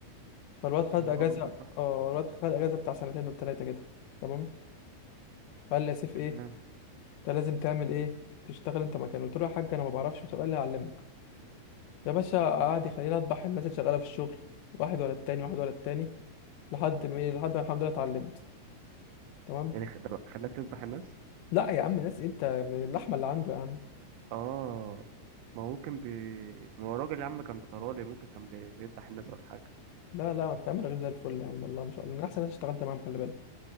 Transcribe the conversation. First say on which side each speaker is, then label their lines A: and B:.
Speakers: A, on the left; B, on the right.
A: فالواد خد
B: سبحان
A: اجازه
B: الله بيذبح
A: اه الواد خد اجازه بتاع سنتين ولا ثلاثه كده تمام فقال لي يا سيف ايه
B: تمام
A: انت لازم تعمل ايه تشتغل انت مكانه قلت له يا حاج انا ما بعرفش مش قال لي هعلمك يا باشا قعد يخليني اذبح الناس اللي شغاله في الشغل واحد ورا التاني واحد ورا التاني لحد ما ايه لحد ما الحمد لله اتعلمت تمام
B: يعني خ- ده خلاك تذبح الناس
A: لا يا عم ناس انت من اللحمه اللي عنده يا عم
B: اه ما هو ممكن بي ما هو الراجل يا عم كان ضرالي ممكن كان بي- بيذبح الناس ولا حاجة
A: لا لا ما تخمر غير زي الفل يا عم والله ما شاء الله من احسن ناس اشتغلت معاهم خلي بالك